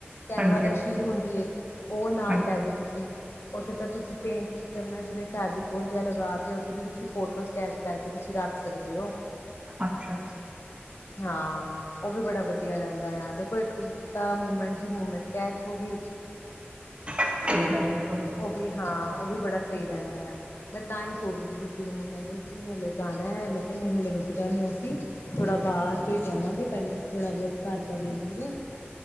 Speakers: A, on the left; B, on the right.
A: ਤੈਨਵਾ
B: ਹਾਂਜੀ
A: ਦਾ ਹੁੰਦੀ ਹੈ ਇੱਕ ਉਹ ਨਾਲ
B: ਹਾਂਜੀ
A: ਲੈ ਦਿਓ ਤੁਸੀਂ ਉੱਥੇ ਤਾਂ ਤੁਸੀਂ ਪੇਂਟਨਾ ਜਿਵੇਂ ਫੈਬਰੀਕੋਲ ਜਾਂ ਲਗਾ ਕੇ ਉੱਥੇ ਦੀ ਤੁਸੀਂ ਫੋਟੋ ਸਕੈਚ ਕਰਕੇ ਤੁਸੀਂ ਰੱਖ ਸਕਦੇ ਹੋ
B: ਅੱਛਾ
A: ਹਾਂ ਹਾਂ ਉਹ ਵੀ ਬੜਾ ਵਧੀਆ ਰਹਿੰਦਾ ਦੇਖੋ ਇੱਕ ਤਾਂ ਮੂਵਮੈਂਟ ਦੀ ਮੂਵਮੈਂਟ ਕਹਿ ਉਹ ਵੀ
B: ਸਹੀ ਗੱਲ ਹੈ ਤੁਹਾਡੀ
A: ਉਹ ਵੀ ਹਾਂ ਉਹ ਵੀ ਬੜਾ ਸਹੀ ਰਹਿੰਦਾ ਆ ਮੈਂ ਤਾਂ ਹੀ ਸੋਚਦੀ ਵੀ ਸੀ ਮੈਨੂੰ ਕਹਿੰਦੇ ਕਿ ਹਲੇ ਜਾਣਾ ਹੈ ਮੈਂ ਕਹਿੰਦੀ ਹਲੇ ਰੁਕ ਜਾਂਦੇ ਹ ਅਸੀਂ ਥੋੜ੍ਹਾ ਬਾਹਰ ਤੁਸੀਂ ਜਾਵਾਂਗੇ ਪਹਿਲੇ ਥੋੜ੍ਹਾ ਬਹੁਤ ਘਰ ਤਾਂ ਦੇਖਣੀਏ